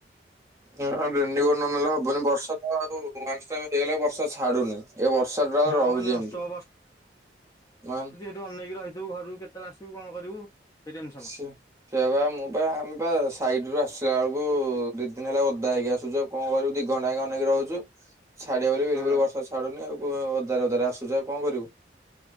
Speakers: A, on the right (about 15°); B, on the left (about 20°).
A: ହଁ ରେନିକୋଟ୍ ନ ନେଲେ ହବନି ବର୍ଷା ତ ଯୋ କନଷ୍ଟାଣ୍ଟ ହେଇଗଲା ବର୍ଷା ଛାଡୁନି। ଏ ବର୍ଷାଟା
B: ହଁ
A: ରହୁଛି
B: ମାନେ ନନଷ୍ଟପ
A: ଏମିତି। ନ
B: ତୁ ଅନେଇକି ରହିଥିବୁ ଘରୁକୁ କେତେବେଳେ ଆସିବୁ କଣ କରିବୁ। ସେଇ ଟେନସନ
A: ସେ ସେୟା ପା। ମୁଁ ପା ଆମେ ପା ସାଇଟରୁ ଆସିଲା ବେଳକୁ ଦି ଦିନ ହେଲା ଓଦା ହେଇକି ଆସୁଚୁ ଆଉ କଣ କରିବୁ ଦି ଘଣ୍ଟା ଏକା ଅନେଇକି ରହୁଛୁ। ଛାଡିବ ବୋଲି ବିଲକୁଲ
B: ହଁ
A: ବର୍ଷା ଛାଡୁନି। ଆଉ ଓଦାରେ ଓଦାରେ ଆସୁଛୁ। ଆଉ କଣ କରିବୁ?